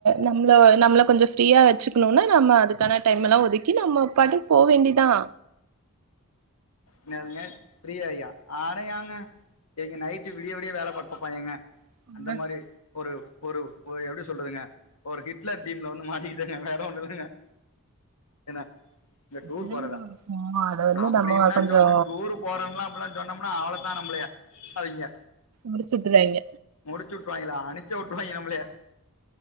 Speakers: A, on the right; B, on the left.
A: நம்ல நம்ள கொஞ்சோ ப்ரீயா வச்சு ம்னா நம்ம அதுக்கான டைம் எல்லா ஒதுக்கி நம்ம பாட்டுக்கு போ வேண்டிதா
B: என்னதுங்க ஃப்ரீயாயா அட ஏங்க எங்க நைட்டு விடிய விடிய வேல பாப்போ ஏங்க
A: ஆ
B: அந்த மாரி ஒரு ஒரு ஒரு எப்டி சொல்றதுங்க ஒரு ஹிட்லர் டீம்ல வந்து மாட்டிகிட்டங்க வேற ஒன்னு இல்லைங்க என்ன இந்த டூர்
A: அதான்
B: போறதா
A: ப்ரோ ஆ அத வந்து
B: அப்டின்லா
A: நம்ம கொஞ்சோ
B: சொன்ன டூரு போறன்லா அப்டில்லா சொன்னம்னா அவ்ளதா நம்லய <inaudible> அங்க
A: முடிச்சுட்டுறாங்க
B: முடிச்சு உட்ருவாய்ங்களா அனுச்சி உட்ருவாய்ங்க நம்ளய